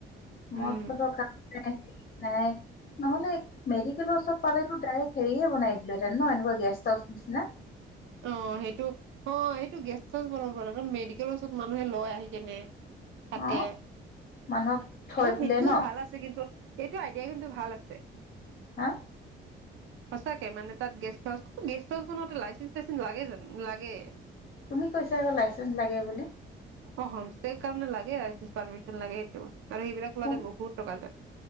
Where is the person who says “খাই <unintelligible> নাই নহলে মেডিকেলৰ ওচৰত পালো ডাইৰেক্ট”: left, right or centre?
Left